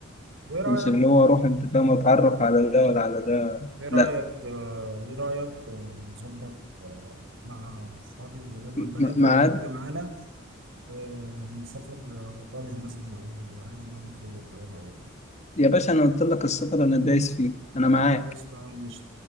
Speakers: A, on the right; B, on the left.
A: وايه رايك
B: مش اللي هو أروح أنت فاهم أتعرف على ده ولا على ده
A: ايه رأيك
B: لا
A: آه، ايه رأيك آه، نظبط آه، مع اصحابي الولاد والبنات
B: م-
A: وانت
B: معاد
A: تيجي معانا آه، نسافر آه، ايطاليا مثلا او اي دولة في اوروبا ايه رأيك؟
B: يا باشا أنا قلت لك السفر أنا دايس فيه أنا معاك
A: خلاص تمام ماشي